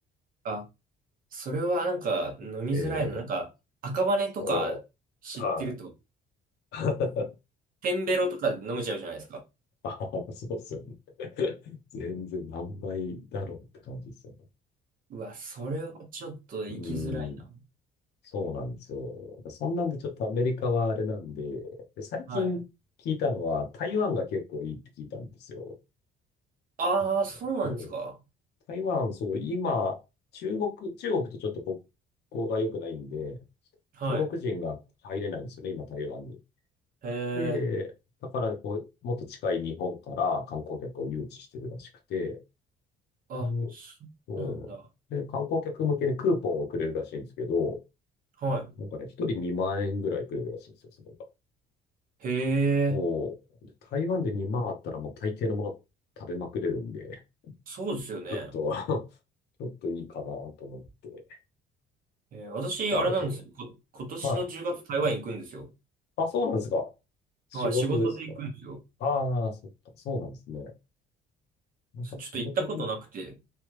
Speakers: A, on the right (about 45°); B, on the left (about 60°).
A: あ、それはなんか飲みづらいの。
B: えー、
A: なんか赤羽とか知ってると、
B: そう。はい。<laughs>
A: テンベロとかで飲めちゃうじゃないですか。
B: ああ、そうっすよね。<laughs> 全然何倍だろうって感じですよね。
A: うわ、それはちょっと行きづらいな。
B: うーん、そうなんですよ。そんなんでちょっとアメリカはあれなんで、で最近聞いたのは台湾が結構いいって聞いたんですよ。
A: はい。ああ、
B: なんか、
A: そうなんですか。
B: そう、台湾、そう、今、中国、中国とちょっと国交が良くないんで、
A: はい。
B: 中国人が入れないんですよね、今台湾
A: へえ、
B: で、だからこう、もっと近い日本から観光客を誘致してるらしくて、
A: あ、
B: で、
A: そうなんだ。
B: うん、で、観光客向けにクーポンをくれるらしいんですけど、
A: は
B: なんかね、一人2万円ぐらいくれるらしいんですよ、それが。
A: い。へ
B: おーで台湾で2万あったらもう大抵のもの食べまくれるんで、
A: え。そうですよね。
B: ちょっと <laughs> ちょっといいかなと思って
A: えー私、
B: 調べてる。
A: あれなんですよ。こ、今年の10月台湾行くんですよ。
B: はい。あ、そうなんですか。仕事ですか。
A: はい、仕事で行くんですよ。
B: ああ、そっか、そうなんですね。なんか仕事で行っ
A: そちょっと行ったことなくて、